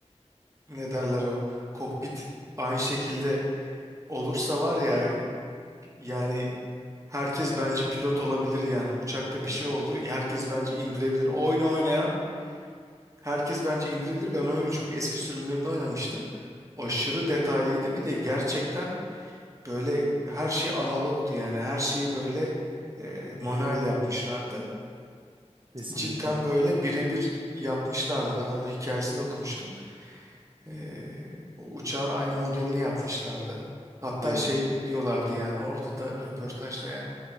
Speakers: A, on the right; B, on the right.
A: ne derler o kokpit aynı şekilde Olursa var ya yani herkes bence pilot olabilir yani uçakta
B: Aha,
A: bir şey oldu herkes bence indirebilir. O oyunu oynayan herkes bence indirebilir. Ben oyunu çok eski sürümlerinde oynamıştım. Aşırı detaylıydı bir de gerçekten böyle her şey analogtu yani her şeyi böyle e, manuel yapmışlardı.
B: Kesinlikle.
A: Cidden böyle birebir yapmışlardı. Ben onun hikayesini de okumuştum. E, o uçağın aynı modelini yapmışlardı. Hatta
B: Aynen.
A: şey
B: öyle.
A: diyorlardı yani orada da röportajda yani.